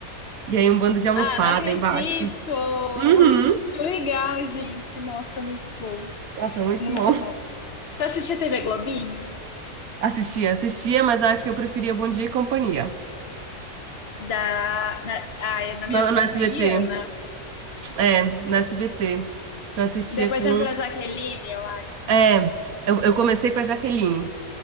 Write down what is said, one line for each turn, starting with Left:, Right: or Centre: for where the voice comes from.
Right: E aí um bando de almofada
Left: Ah, não acredito!
Right: embaixo.
Left: <laughs>
Right: Uhum.
Left: Que legal, gente. Nossa, muito bom.
Right: Nossa, muito
Left: Muito
Right: bom.
Left: bom. Tu assistia TV Globinho?
Right: Assistia, assistia, mas acho que eu preferia Bom Dia e Companhia.
Left: Da, na, ah, é- na minha
Right: No,
Left: época
Right: no
Left: era
Right: SBT.
Left: com a Eliana.
Right: É, no SBT. Eu assistia
Left: Depois
Right: com.
Left: entrou a Jaqueline, eu acho,
Right: É,
Left: né?
Right: eu, eu comecei com a Jaqueline.